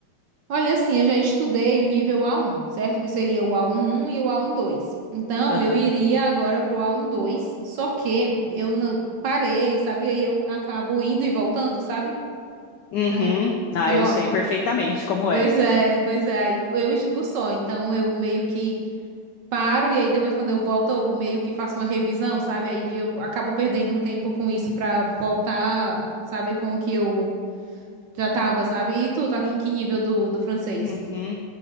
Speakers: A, on the right; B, on the left.
A: Olha, assim, eu já estudei o nível A1, certo? Que seria o A11 e o A12. Então,
B: Aham.
A: eu iria agora pro A12, só que eu não parei, sabe? Aí eu acabo indo e voltando, sabe?
B: Uhum.
A: Então,
B: Ah,
A: então,
B: eu sei perfeitamente
A: ó,
B: como
A: pois
B: é.
A: é, pois é, aí eu estudo só, então eu meio que paro e aí depois quando eu volto eu meio que faço uma revisão, sabe? Aí eu acabo perdendo um tempo com isso pra voltar, sabe, com o que eu já tava, sabe? E tu, tá em que nível do, do francês?
B: Uhum.